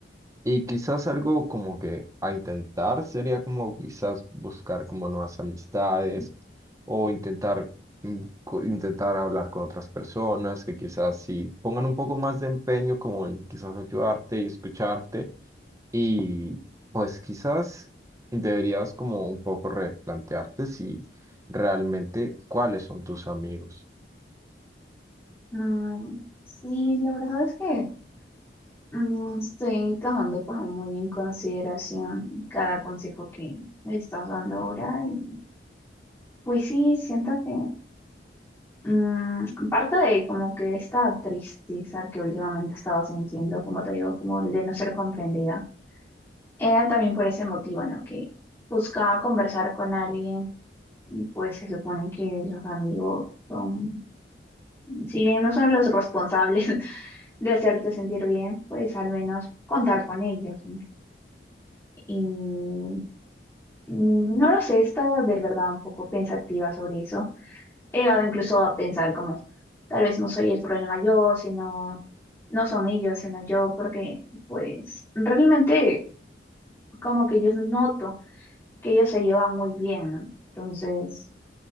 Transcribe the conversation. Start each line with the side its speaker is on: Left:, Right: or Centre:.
Right: Y quizás algo como que a intentar sería como quizás buscar como nuevas amistades o intentar, mm, co- intentar hablar con otras personas que quizás sí pongan un poco más de empeño como en quizás ayudarte y escucharte. Y pues quizás deberías como un poco replantearte si realmente cuáles son tus amigos.
Left: Mm, sí, la verdad es que mm, estoy tomando como muy en consideración cada consejo que me estás dando ahora y pues sí, siento que mm, parte de como que esta tristeza que últimamente he estado sintiendo, como te digo, como el de no ser comprendida. Era también por ese motivo, ¿no? Que buscaba conversar con alguien y pues se supone que los amigos son, si bien no son los responsables <laughs> de hacerte sentir bien, pues al menos contar con ellos. ¿no? Y mm, no lo sé, he estado de verdad un poco pensativa sobre eso. He llegado incluso a pensar como, tal vez no soy el problema yo, sino, no son ellos, sino yo, porque pues realmente como que yo noto. que ellos se llevan muy bien, ¿no? Entonces,